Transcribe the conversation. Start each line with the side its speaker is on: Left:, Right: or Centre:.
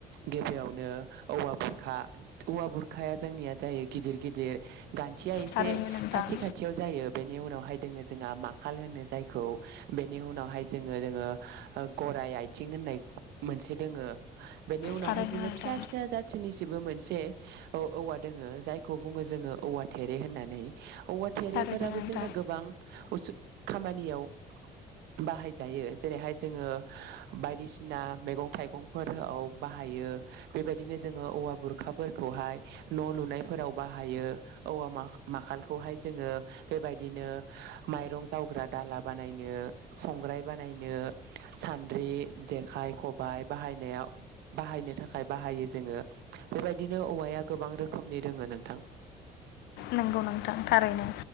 Right: गिबियावनो औवा बुरखा औवा बुरखाया जोंनिया जायो गिदिर गिदिर गान्थिया एसे
Left: थारैनो नोंथां
Right: खाथि खाथियाव जायो बेनि उनावहाय दोङो जोंहा मा खाल होनो जायखौ बेनि उनावहाय जोङो दोङो ओ गरायाइ आथिं होननाय मोनसे दोङो बेनि उनावहाय
Left: थारैनो
Right: जोङो
Left: नोंथां
Right: फिसा फिसा जाथिनि जेबो मोनसे औ औवा दोङो जायखौ बुङो जोङो औवा थेरे होननानै। औवा थेरेफोराबो
Left: थारैनो नोंथां
Right: जोंना गोबां उसु खामानियाव बाहायजायो जेरैहाय जोङो बायदिसिना मैगं थाइगंफोराव बाहायो बेबायदिनो जोङो औवा बुरखाफोरखौहाय न' लुनायफोराव बाहायो औवा मा माखालखौहाय जोङो बेबायदिनो माइरं जाव ग्रा दाला बानायनो संग्राय बानायनो सान्द्रि जेखाइ खबाइ बाहायनायाव बाहायनो थाखाय बाहायो जोङो बेबायदिनो औवाया गोबां रोखोमनि दोङो नोंथां।
Left: नंगौ नोंथां थारैनो